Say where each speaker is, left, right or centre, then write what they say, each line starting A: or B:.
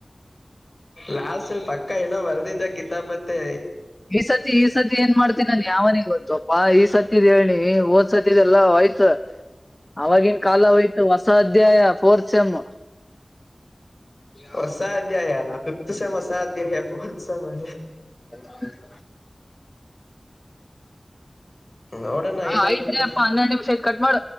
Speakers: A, on the left (about 45°); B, on the left (about 25°).
A: ಲಾಲ್ಸಲ್ ಪಕ್ಕ ಏನೋ ವರ್ದಿತ ಕಿತಾಪ್ ಮತ್ತೆ
B: ಈ ಸತಿ ಈ ಸತಿ ಏನ್ ಮಾಡ್ತೀ ನಾನನ್ ಯಾವನಗ್ ಗೊತ್ತುಪ್ಪಾ ಈ ಸತ್ತಿದ್ ಹೇಳನಿ ಓದ್ಸತಿ ಇದೆಲ್ಲ ಹಯ್ತು ಆವಾಗಿನ ಕಾಲ ಹೋಯ್ತು ಹೊಸ ಅಧ್ಯಾಯ ಫೋರ್ ಸಮ್ಮ
A: ಹೊಸಾಧ್ಯ ಯ ಫತ್ ಸೆಮ್ ಹೊಸಧ್ಯ ಫೋರ್ತ್ ಸಮ
B: ಹ
A: ನೋಡೋಣ
B: ಹಾ
A: ಏನಾಗುತ್ತೋ
B: ಆಯ್ತ್ ಅಪ್ಪ ಹನ್ನರಡು ನಿಮ್ಷತ್ ಕಟ್ ಮಾಡ